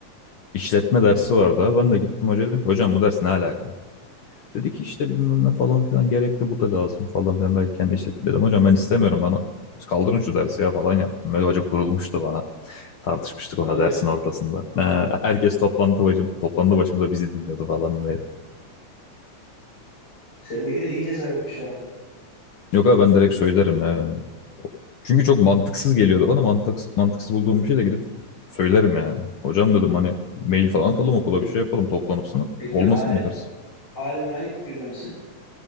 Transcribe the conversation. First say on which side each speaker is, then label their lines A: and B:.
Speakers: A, on the left; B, on the left.
A: işletme dersi vardı abi. Ben de gittim hocaya dedim ki hocam bu ders ne alaka? Dedi ki işte bilmem ne falan filan gerekli bu da lazım falan filan. Belki kendi işletme dedim hocam ben istemiyorum bana kaldırın şu dersi ya falan yaptım. Böyle hoca kurulmuştu bana. Tartışmıştık ona
B: Hadi
A: dersin
B: ya.
A: ortasında. Ha, herkes toplantı başım, toplantı başımıza bizi dinliyordu falan böyle.
B: Sendeki de iyi cesaretmiş ha.
A: Yok abi ben direkt söylerim ya. Ben- Çünkü çok mantıksız geliyordu bana. Mantıksız, mantıksız bulduğum bir şey de gidip söylerim yani. Hocam dedim hani mail falan atalım okula
B: Peki,
A: bir şey yapalım toplanıp sınıf.
B: peki
A: Olmasın
B: halen
A: bu ders.
B: halen aynı fikirde misin?